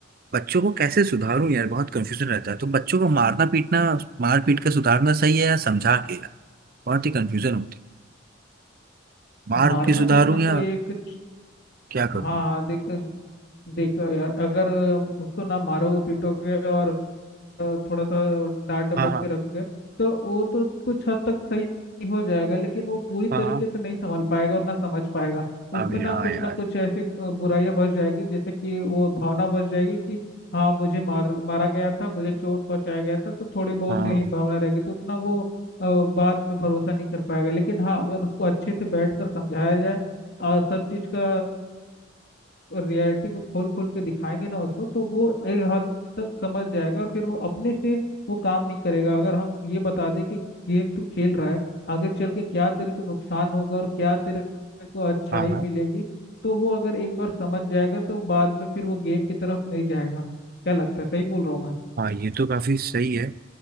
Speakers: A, on the right; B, on the left.
A: बच्चों को कैसे सुधारूं यार बहुत कंफ्यूजन रहता है तो बच्चों को मारना पीटना मार पीट के सुधारना सही है या समझा के यार बहुत ही कंफ्यूजन होती है मार
B: मारना
A: के सुधारूं
B: पीटना तो
A: या
B: एक च-
A: क्या करूं
B: हाँ हाँ देख देखो यार अगर अ, उसको ना मारोगे पीटोगे और थोड़ा सा डांट डपट
A: हाँ हाँ
B: के रखोगे तो वो तो कुछ हद तक सही हो जाएगा लेकिन वो पूरी तरीके
A: हाँ हाँ
B: से नहीं संभाल पाएगा और ना समझ पाएगा उसमें
A: अबे
B: ना
A: हाँ
B: कुछ
A: यार
B: ना कुछ ऐसे अ, बुराइयां बस जाएगी जैसे कि वो भावना बस जाएगी कि हाँ मुझे मार मारा गया था मुझे चोट पहुंचाया गया था तो थोड़ी बहुत
A: हाँ
B: ही भावना रहेगी तो उतना वो अ, बाद में भरोसा नहीं कर पाएगा लेकिन हाँ अगर उसको अच्छे से बैठ कर समझाया जाए और सब चीज का रियलिटी को खोल खोल के दिखाएंगे ना उसको तो वो एक हद तक समझ जाएगा और फिर वो अपने से वो काम नहीं करेगा अगर हम ये बता दें कि गेम तू खेल रहा है आगे चल के क्या तेरे को नुकसान होगा और क्या तेरे को अच्छाई
A: हाँ हाँ
B: मिलेगी तो वो अगर एक बार समझ जाएगा तो बाद में फिर वो गेम की तरफ नहीं जाएगा क्या लगता है सही बोल रहा हूँ मैं
A: हाँ ये तो काफी सही है